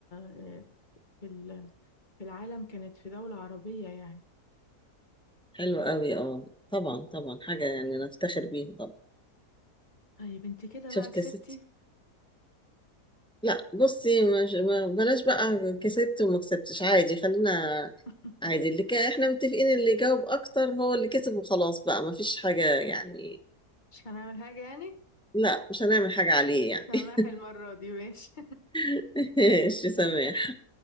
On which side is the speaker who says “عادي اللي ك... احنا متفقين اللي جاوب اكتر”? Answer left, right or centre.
Centre